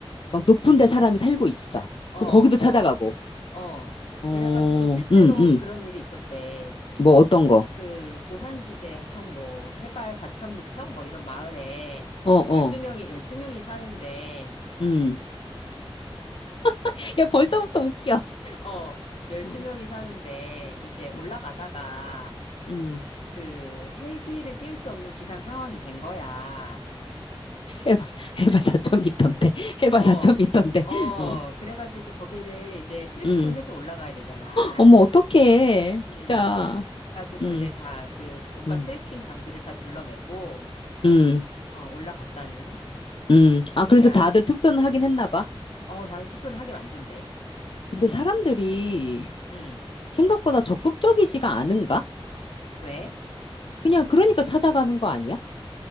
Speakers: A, on the left; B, on the left.
A: 막 높은
B: 음.
A: 데 사람이 살고 있어.
B: 어,
A: 그럼
B: 어,
A: 거기도 찾아가고,
B: 어.
A: 어,
B: 그래가지고 실제로
A: 음, 음,
B: 그런 일이 있었대.
A: 뭐 어떤 거,
B: 그 고산지대 한 뭐 해발 4천 미터 뭐 이런 마을에
A: 어, 어,
B: 열두 명이 12명이 사는데
A: 음. <laughs> 야, 벌써부터 웃겨.
B: 어, 12명이
A: 어,
B: 사는데, 이제 올라가다가
A: 음. 음.
B: 그 헬기를 띄울 수 없는 기상 상황이 된 거야.
A: 해발, 해발 미터인데 해발
B: 어,
A: 4터인데
B: 어,
A: <laughs> 어,
B: 그래가지고 거기를 이제 트레킹을
A: 음.
B: 해서 올라가야 되잖아.
A: 어머, 어떡해,
B: 음.
A: 진짜.
B: 그래가지고
A: 음,
B: 이제 다 그 온갖
A: 음,
B: 트레킹 장비를 다 둘러매고,
A: 음,
B: 어, 올라갔다는.
A: 음. 아, 그래서
B: 그니까,
A: 다들 투표는 하긴 했나 봐.
B: 어, 다른 투표를 하게 만든대.
A: 근데
B: 음.
A: 사람들이
B: 음.
A: 생각보다 적극적이지가 않은가?
B: 왜?
A: 그냥, 그러니까 찾아가는 거 아니야?